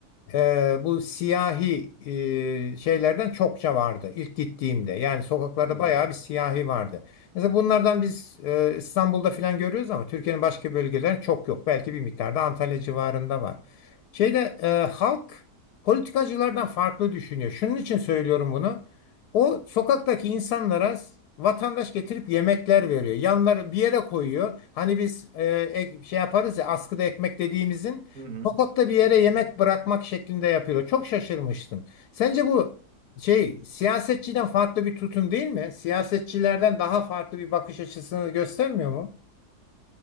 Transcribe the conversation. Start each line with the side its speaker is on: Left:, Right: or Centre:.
Left: e, bu siyahi e, şeylerden çokça vardı ilk gittiğimde. Yani sokaklarda
Right: Hı hı.
Left: bayağı bir siyahi vardı. Mesela bunlardan biz e, İstanbul'da falan görüyoruz ama Türkiye'nin başka bölgelerinde çok yok. Belki bir miktarda Antalya civarında var. Şeyde e, halk politikacılardan farklı düşünüyor. Şunun için söylüyorum bunu. O sokaktaki insanlara vatandaş getirip yemekler veriyor. Yanları bir yere koyuyor. Hani biz e, ek- şey yaparız ya askıda ekmek dediğimizin
Right: Hı hı.
Left: Sokakta bir yere yemek bırakmak şeklinde yapıyor. Çok şaşırmıştım. Sence bu şey siyasetçiden farklı bir tutum değil mi? Siyasetçilerden daha farklı bir bakış açısını göstermiyor mu?